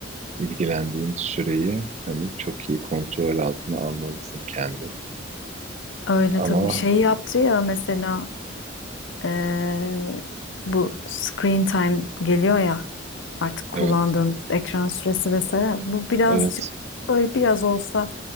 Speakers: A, on the right; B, on the left.
A: ilgilendiğin süreyi hani çok iyi kontrol altına almalısın kendin.
B: Öyle
A: Ama
B: tabii. Şey yaptı ya mesela Ee, bu screen time geliyor ya artık kullandığımız
A: evet,
B: ekran süresi vesaire bu birazcık
A: evet,
B: böyle biraz olsa